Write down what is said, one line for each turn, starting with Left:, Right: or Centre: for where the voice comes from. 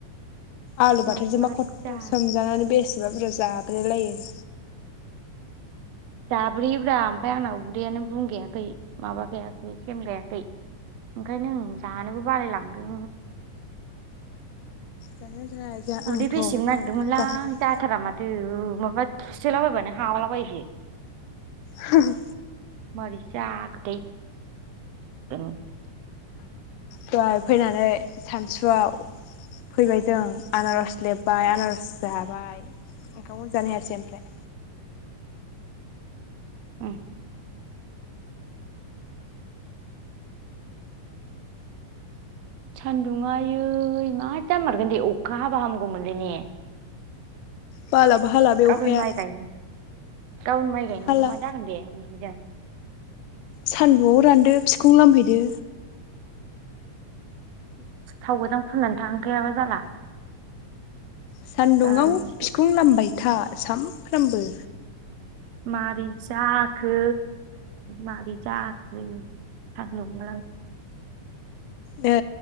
Left: आलु बाथोनजोंबा
Right: मारै मारै
Left: खथ'
Right: जा
Left: सोमजानानै बेसे बिबारफोरा जाब्रेलायो
Right: जाब्रेयोब्रा ओमफ्राय आंना उदैयानो बुंगायाखै माबाखायाखै सेमगायाखै ओंखायनो आं जानोबो बालायलांदों
Left: जानाया जाया जा आंथ'
Right: उदै फेसेमनो
Left: खान्थाल
Right: नागिरदोंमोनलां
Left: जाखांनानै
Right: जाथारा माथो माबा थुसोलाबायायबानो हाबालाबायसै
Left: हो हो
Right: मारै जाखोथाय औ
Left: दहाय फैनानै सानसुआव फैबाय जों आनारस लेमबाय आनारस जाबाय ओंखामखौनो जानो हायासै ओमफ्राय
Right: औ सान्दुंङा आयै मा जामारगोन दे अखा हाबा हामगौमोनलै ने
Left: बालाबो हाला बे
Right: गाबोन
Left: अखाया
Right: माइ गायनो गाबोन माइ गायनांगौ
Left: हाला
Right: मा जागोन दे मोजां
Left: सानदुंआव रानदो बिखुं लामहैदो
Right: थावो दां फुननानै थांखायाबा जाला
Left: सान्दुंआव
Right: जारलासो
Left: बिखुं लामबाय था सानफ्रोमबो
Right: मारै जाखो मारै जाखो सान नोंलाय
Left: नै